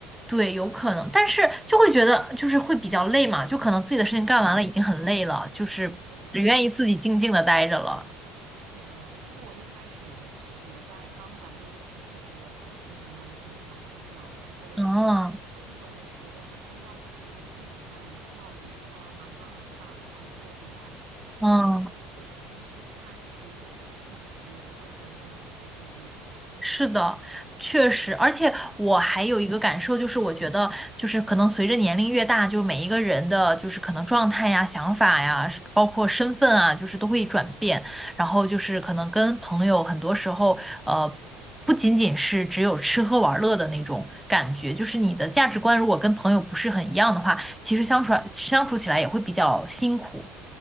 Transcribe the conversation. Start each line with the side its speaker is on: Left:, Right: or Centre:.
Centre: 对，有可能，但是就会觉得就是会比较累嘛，就可能自己的事情干完了已经很累了，就是只愿意自己静静的待着了。
Right: 是这样，是的。其实我一开始就是我在刚转变这个身份的时候，我还经常跟我的朋友去打麻将，然后
Centre: 嗯
Right: 后面我就觉得好像这样不行，因为会影响我的效率。我打完麻将，我打完牌以后我回来，我就没有那么多时间去看那些工作的信息，
Centre: 嗯，
Right: 去做检索，然后去投简历。
Centre: 是的，确实，而且我还有一个感受，就是我觉得，就是可能随着年龄越大，就每一个人的，就是可能状态呀、想法呀，包括身份啊，就是都会转变。然后就是可能跟朋友，很多时候，呃，不仅仅是只有吃喝玩乐的那种感觉，就是你的价值观如果跟朋友不是很一样的话，其实相处相处起来也会比较辛苦。